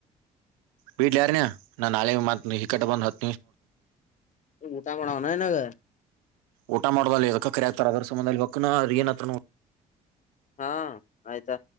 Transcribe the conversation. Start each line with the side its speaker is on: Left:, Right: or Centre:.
Right: ಬಿಡ್ ಯಾರ ನಾ ನಳೆ ಮ ಈ ಕಟ್ಟ ಬಂದ ಹತ್ತ
Left: ಮಊಟಾಾಮಣಾವನ ನಗ
Right: ಊಟ ಮಾಡದಲ್ಲ ಇದದಕ್ಕೆ ಕರೆ ಆಗ್ತಾರೆ ಅದ್ರ ಸಮಬಧದಲ್ಲಿಲ್ಕ್್ರ ಏನತ್ರ
Left: ಹಾ ಆಯ್ತಾ